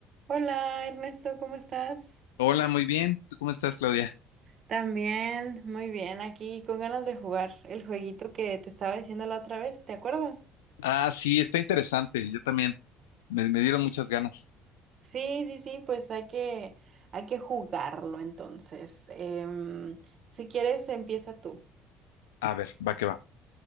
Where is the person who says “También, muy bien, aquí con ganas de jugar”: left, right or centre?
Right